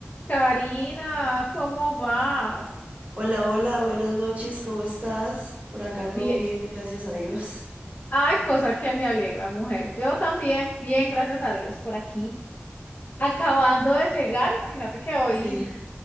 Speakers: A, on the left (about 40°); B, on the right (about 30°).
A: Karina, ¿cómo vas?
B: Hola, hola, buenas noches, ¿cómo estás? Por acá todo
A: Bien.
B: bien, gracias a Dios.
A: Ay, cosa que me alegra, mujer. Yo también, bien, gracias a Dios, por aquí. Acabando de llegar, imagínate que hoy
B: Sí,